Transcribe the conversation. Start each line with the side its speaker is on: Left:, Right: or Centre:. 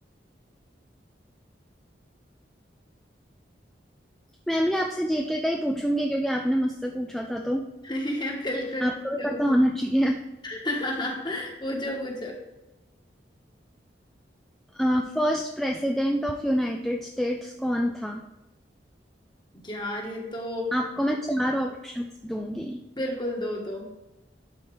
Centre: मैं भी आपसे जीके का ही पूछूंगी क्योंकि आपने मुझसे पूछा था तो
Left: <laughs> बिल्कुल
Centre: आपको भी
Left: बिल्कुल।
Centre: पता होना चाहिए
Left: <laughs> पूछो पूछो
Centre: First president of United States कौन था
Left: यार ये तो
Centre: आपको मैं चार ऑप्शंस दूंगी
Left: बिल्कुल दो दो